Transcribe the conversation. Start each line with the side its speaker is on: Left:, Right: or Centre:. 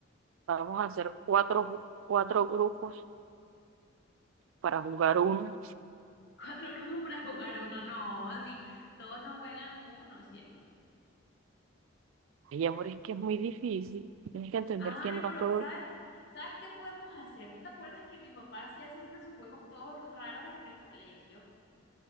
Right: vamos a hacer cuatro, ju- cuatro grupos para jugar uno.
Left: <laughs> Cuatro grupos para jugar uno, no, si todos no juegan uno, cielo.
Right: Ay, amor, es que es muy difícil. Tienes que entender
Left: Ay,
Right: que no
Left: pero
Right: todo...
Left: ¿sabes? ¿Sabes qué podemos hacer? ¿Tú te acuerdas que mi papá hacía siempre sus juegos todos raros en el colegio?